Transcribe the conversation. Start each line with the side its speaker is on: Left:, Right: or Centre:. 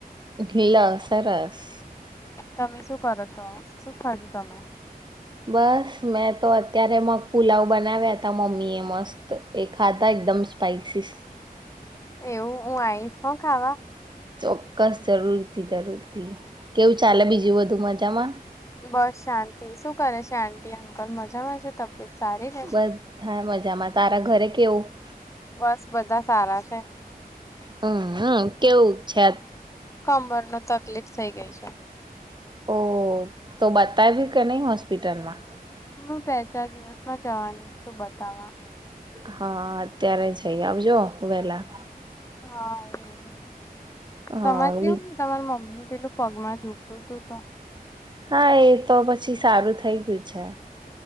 Right: <unintelligible> સરસ
Left: તમે શું કરો છો શું ખાધું તમે?
Right: બસ મેં તો અત્યારે મગ પુલાવ બનાવ્યા તા મમ્મી એ મસ્ત એ ખાધા એકદમ સ્પાઈસી
Left: એવું હું આઈશ હ ખાવા
Right: ચોક્કાસ જરૂર જરૂર થી કેવું ચાલે બીજું બધુ મજામાં
Left: બસ શાંતિ શું કરે છે આંટી અંકલ મજામાં છે તબિયત સારી ને?
Right: બધા મજામાં તારા ઘરે કેવું
Left: બસ બધા સારા છે
Right: હમ્મ હમ્મ કેવું છે
Left: કમર નો તકલીફ થઇ ગઈ છે
Right: ઓ તો બતાવ્યું કે નહી હોસ્પિટલમાં
Left: હું બે ચાર દિવસમાં જવાની છું બતાવા
Right: હા અત્યારે જય આવજો વેલા
Left: હા એજ
Right: હા
Left: તમાર કેવું છે તમાર મમ્મી ને પેલું પગમાં દુખતું તું તો
Right: હા એ તો પછી સારું થઈ ગયું છે